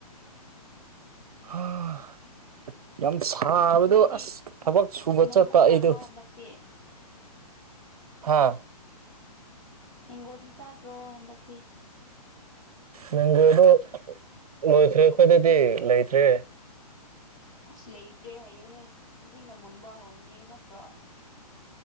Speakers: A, on the right; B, on the left.
A: ꯑꯥ ꯌꯥꯝ ꯁꯥꯕꯗꯣ
B: ꯅꯣꯏꯗꯤ
A: ꯑꯁ ꯊꯕꯛ ꯁꯨꯕ
B: ꯃꯦꯡꯒꯣ
A: ꯆꯠꯄ
B: ꯆꯥꯗ꯭ꯔꯣ
A: ꯑꯩꯗꯨ꯫
B: ꯍꯟꯗꯛꯇꯤ
A: ꯍꯥꯥ
B: ꯍꯦꯡꯒꯣꯗꯤ ꯆꯥꯗ꯭ꯔꯣ ꯍꯟꯗꯛꯇꯤ꯫
A: ꯃꯦꯡꯒꯣꯗꯣ ꯂꯣꯏꯈ꯭ꯔꯦ ꯑꯩꯈꯣꯏꯗꯗꯤ ꯂꯩꯇ꯭ꯔꯦ꯫
B: ꯑꯁ ꯂꯩꯇ꯭ꯔꯦ ꯍꯌꯦꯑꯦꯍꯦ ꯍꯧꯖꯤꯛꯅ ꯃꯨꯟꯕ ꯍꯧꯔꯤꯉꯩ ꯅꯠꯇ꯭ꯔꯣ꯫